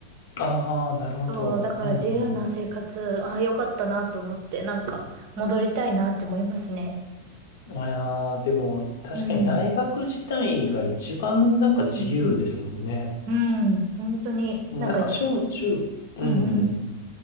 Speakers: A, on the left; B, on the right.
A: ああ、なるほど。
B: そう、だから自由な生活、
A: うん
B: ああ、よかったなと思って、なんか戻りたいなって思いますね。
A: うん。いやー、でも確かに大学時代が一番なんか自由ですもんね。
B: うん。うんうん。うん、本当に、
A: もうなんか小中、
B: なんかじ、
A: うん。
B: うんうん、